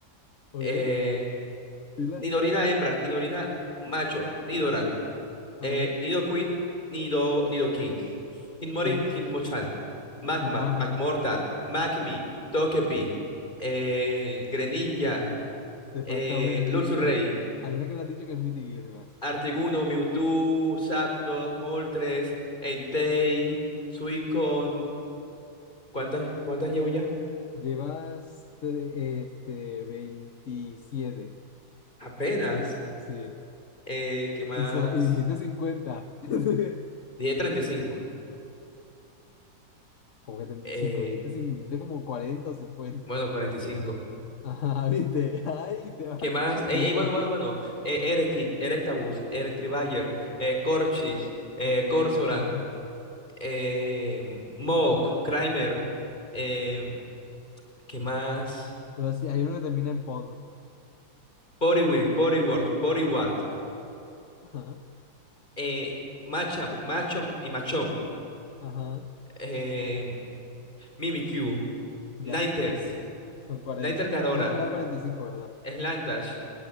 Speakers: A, on the left; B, on the left.
A: ¿ok?
B: eh,
A: ¿Pila?
B: Nidorina hembra, Nidorina macho, Nidoran,
A: ¿Ok?
B: Eh, Nido Queen, Nido, Nido King, Hinmorin,
A: Sí. <laughs>
B: Hinmochan, Magmar,
A: Joa,
B: Magmorta, Magmi, Togepi, eh, Greninja,
A: te
B: eh,
A: falta una que es
B: Luxray,
A: mítica. Hay una que no has dicho que es mítica y que se me hace.
B: Artiguno, Mewtwo, Zapdos, Moltres, Entei, Suicon. ¿Cuántas, cuántas llevo ya?
A: Llevas tre- este, veintisiete
B: Apenas.
A: sí.
B: Eh, ¿qué más?
A: Y, son, y dijiste cincuenta <laughs>
B: Dije treinta y cinco
A: Como que 35
B: Eh,
A: dijiste, cin- dijiste como 40 o cincuenta
B: bueno, cuarenta y cinco
A: Ajá, viste. Ay, te vas
B: ¿Qué
A: a
B: más?
A: hacer loquito.
B: Ey, ey, bueno, bueno,
A: <laughs>
B: bueno. Eh, Erekit, Erectabuzz, Electribuyer, eh, Corchis, eh,
A: Ok, y
B: Corsoran,
A: ya treinta
B: eh, Mawk, Kramer, eh, ¿qué más?
A: Luego sí, hay uno que termina en pod.
B: Poriwhirl, Poriworth, Poriwart,
A: Ajá,
B: eh, Machamp, Machamp y Machamp,
A: ajá.
B: eh, Mimikyu,
A: Ya,
B: Ninetales,
A: son cuarenta
B: Ninetales de Aurora,
A: Ah, no, era cuarenta y cinco ¿verdad?
B: Slandash,